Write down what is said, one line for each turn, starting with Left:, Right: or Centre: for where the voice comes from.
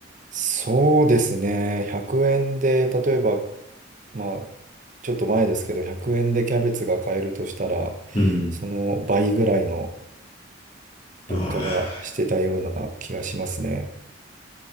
Right: そうですね。100円で、例えばまあ、ちょっと前ですけど、100円でキャベツが買えるとしたら、
Left: うん。
Right: その倍ぐらいの物価がしてたような気がしますね。
Left: ああ。